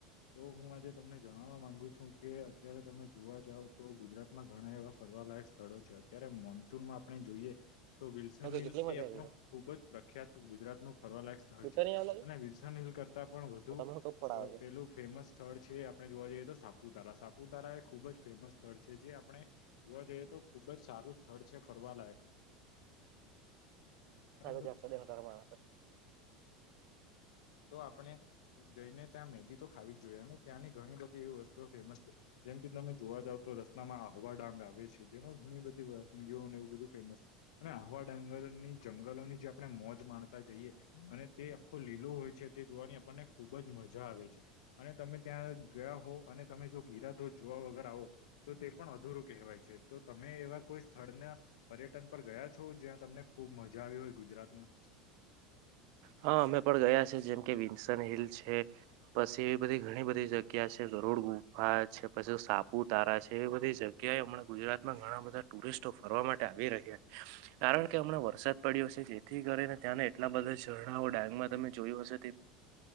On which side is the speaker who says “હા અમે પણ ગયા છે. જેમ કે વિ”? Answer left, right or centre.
Right